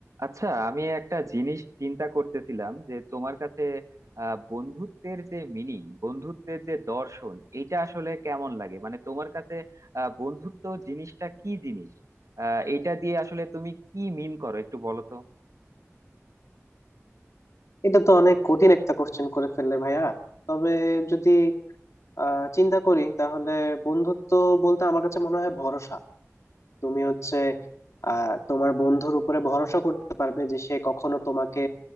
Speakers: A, on the right; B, on the left.
A: আচ্ছা আমি একটা জিনিস চিন্তা করতেছিলাম যে তোমার কাছে আহ, বন্ধুত্বের যে মিনিং বন্ধুত্বের যে দর্শন এটা আসলে কেমন লাগে মানে তোমার কাছে আহ, বন্ধুত্ব জিনিসটা কি জিনিস আহ এটা দিয়ে আসলে তুমি কি মিন করো একটু বলো তো
B: এটা তো অনেক কঠিন একটা কোশ্চেন করে ফেললে ভাইয়া তবে যদি আহ, চিন্তা করি তাহলে বন্ধুত্ব বলতে আমার কাছে মনে হয় ভরসা তুমি হচ্ছে আহ, তোমার বন্ধুর উপরে ভরসা করতে পারবে যে সে কখনো তোমাকে